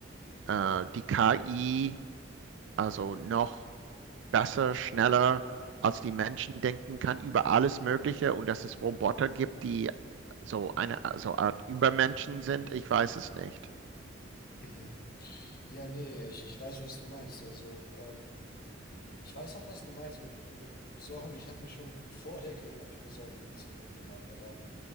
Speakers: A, on the right; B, on the left.
A: äh, die KI also noch besser, schneller als die Menschen denken kann über alles Mögliche und dass es
B: Mhm.
A: Roboter gibt, die so eine so Art Übermenschen sind, ich weiß es nicht.
B: Mhm. Ja, nee, ich, ich weiß, was du meinst. Also, ähm, Ich weiß auch, was du meinst mit, mit Sorgen. Ich habe mir schon vor der KI habe ich mir Sorgen um die Zukunft gemacht, aber,